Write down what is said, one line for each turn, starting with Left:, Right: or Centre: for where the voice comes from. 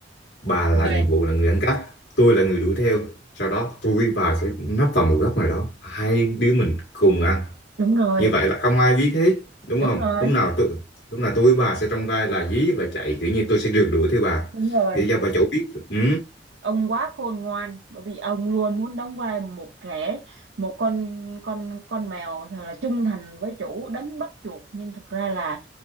Left: Bà là
Right: rồi
Left: nhiệm vụ là người ăn cắp, tôi là người đuổi theo. Sau đó tôi với bà sẽ nấp vào một góc nào đó, hai đứa mình cùng ăn
Right: đúng rồi
Left: như vậy là không ai biết hết đúng
Right: đúng
Left: không
Right: rồi
Left: lúc nào tôi lúc nào tôi với bà sẽ trong vai là dí và chạy kiểu như tôi sẽ rượt đuổi theo bà
Right: đúng rồi
Left: để cho bà chỗ biết ừ
Right: ông quá khôn ngoan bởi vì ông luôn muốn đóng vai một kẻ một con con con mèo thật là trung thành với chủ đánh bắt chuột nhưng thật ra là